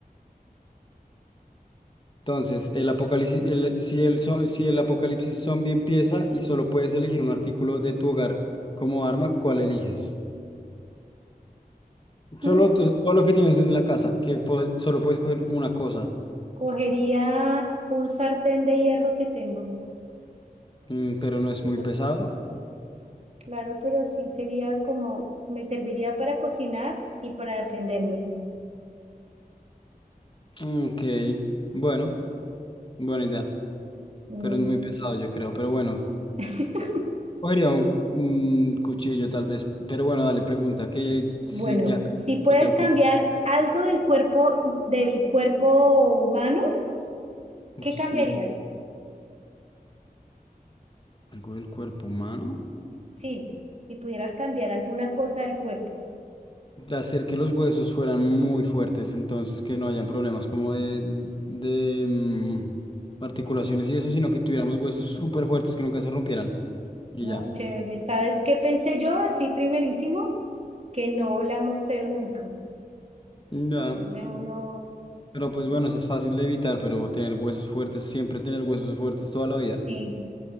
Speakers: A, on the left; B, on the right.
A: entonces, el apocalipsis, el- si el, zo- si el apocalipsis zombie empieza y solo puedes elegir un artículo de tu hogar como arma, ¿cuál eliges? Solo,
B: Mm,
A: o sea, todo lo que tienes en la casa, que po- solo puedes coger una cosa,
B: Cogería un sartén de hierro que tengo.
A: Mm, pero no es
B: Esa.
A: muy pesado.
B: Claro, pero sí sería como, me serviría para cocinar y para defenderme.
A: Ok, bueno, buena idea,
B: Mm.
A: pero es muy pesado, yo creo. Pero bueno,
B: <laughs>
A: cogería un, un cuchillo tal vez. Pero bueno, dale, pregunta, que si
B: Bueno,
A: ya
B: si puedes
A: me tengo
B: cambiar
A: que ir.
B: algo del cuerpo, del cuerpo humano, ¿qué
A: Sí.
B: cambiarías?
A: Algo del cuerpo humano.
B: Sí, si pudieras cambiar alguna cosa del cuerpo,
A: De hacer que los huesos fueran muy fuertes, entonces que no hayan problemas como de, de mm, articulaciones y eso, sino que tuviéramos huesos súper fuertes que nunca se rompieran. Y
B: ¿no?
A: ya.
B: Chévere. ¿Sabes qué pensé yo así primerísimo? Que no olamos feo nunca.
A: Ya.
B: Leo no,
A: Pero pues bueno, eso es fácil de evitar, pero tener huesos fuertes, siempre tener huesos fuertes toda la vida.
B: sí,